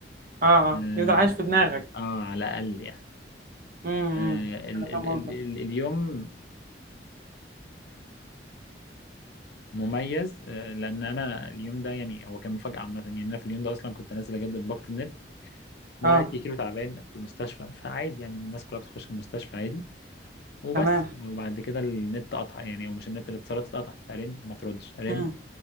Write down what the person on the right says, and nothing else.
اه
اه يفضل عايش في دماغك
امم
انا
فاهم
قصدك
اه
تمام
امم